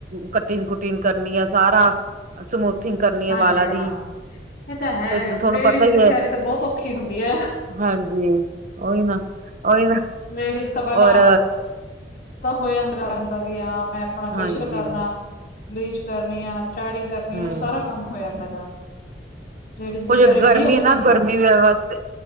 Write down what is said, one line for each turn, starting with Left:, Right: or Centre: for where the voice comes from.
Right: ਕਟਿੰਗ ਕੁਟਿੰਗ ਕਰਨੀ ਆ ਸਾਰਾ ਸਮੂਥਿੰਗ ਕਰਨੀ
Left: ਹਾਂਜੀ
Right: ਏ ਵਾਲਾਂ
Left: ਹਾਂ
Right: ਦੀ,
Left: ਇਹ ਤਾਂ ਹੈ
Right: ਤੇ ਤੁਹਾਨੂੰ
Left: ਲੇਡੀਜ਼
Right: ਪਤਾ ਈ
Left: ਦੀ
Right: ਏ
Left: ਤਿਆਰੀ ਤਾਂ ਬਹੁਤ ਔਖੀ ਹੁੰਦੀ ਹੈ
Right: ਹਾਂਜੀ, ਉਈ ਨਾ ਉਈ ਨਾ
Left: ਲੇਡੀਜ ਤਾਂ ਪਹਿਲਾਂ
Right: ਔਰ
Left: ਤਾਂ ਹੋਇਆੰਦਾ ਵੀ ਹਾਂ ਮੈਂ ਆਪਣਾ
Right: ਹਾਂਜੀ
Left: ਫੇਸ਼ਅਲ ਕਰਨਾ, ਬਲੀਚ ਕਰਨੀ, ਆ ਥਰੈਡਿੰਗ ਕਰਨੀ
Right: ਹਮ
Left: ਏ, ਸਾਰਾ ਕੰਮ ਹੋ ਜਾਂਦਾ ਹੇਗਾ, ਲੇਡੀਜ਼
Right: ਕੁੱਝ
Left: ਦੀ ਤਿਆਰੀ
Right: ਗਰਮੀ
Left: ਬੜੀ ਔਖੀ
Right: ਨਾ
Left: ਹੁੰਦੀ
Right: ਗਰਮੀ
Left: ਏ।
Right: ਵਾਸਤੇ